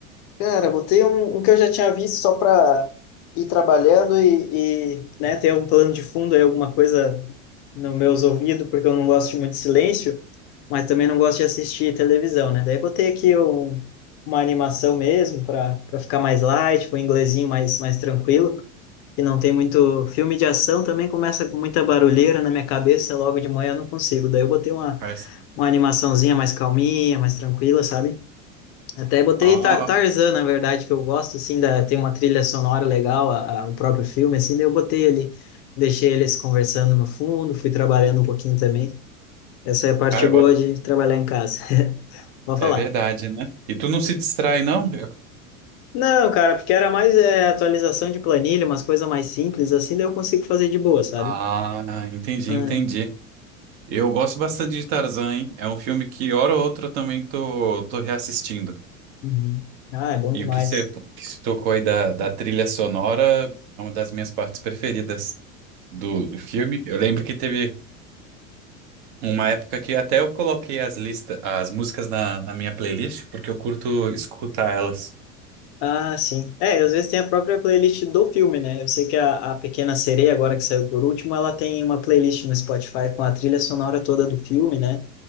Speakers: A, on the left; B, on the right.
A: Cara, botei um, um que eu já tinha visto só para ir trabalhando e, e, né, ter um plano de fundo aí, alguma coisa nos meus ouvidos, porque eu não gosto de muito silêncio, mas também não gosto de assistir televisão, né? Daí botei aqui um, uma animação mesmo para para ficar mais light, com um inglesinho mais, mais tranquilo, que não tem muito filme de ação, também começa com muita barulheira na minha cabeça, logo de manhã eu não consigo. Daí eu botei uma,
B: parça?
A: uma animaçãozinha mais calminha, mais tranquila, sabe? Até botei
B: Ah,
A: Tar- Tarzan, na verdade, que eu gosto, assim, da, tem uma trilha sonora legal, a- a- o próprio filme, assim, daí eu botei ali, deixei eles conversando no fundo, fui trabalhando um pouquinho também. Essa é a parte
B: cara,
A: boa
B: agora-
A: de trabalhar em casa. <laughs> Vou falar.
B: é verdade, né? E tu não se distrai, não? Eu-
A: Não, cara, porque era mais é, atualização de planilha, umas coisas mais simples, assim, daí eu consigo fazer de boa, sabe?
B: Ah, entendi,
A: Ah,
B: entendi. Eu gosto bastante de Tarzan, hein? É um filme que, hora ou outra, eu também tô, tô reassistindo.
A: uhum. Ah, é bom
B: E
A: demais.
B: o que você que se tocou aí da, da trilha sonora é uma das minhas partes preferidas do, do filme. Eu lembro que teve. Uma época que até eu coloquei as listas, as músicas na, na minha playlist, porque eu curto escutar elas.
A: Ah, sim. É, às vezes tem a própria playlist do filme, né? Eu sei que a, a Pequena Sereia, agora que saiu por último, ela tem uma playlist no Spotify com a trilha sonora toda do filme, né?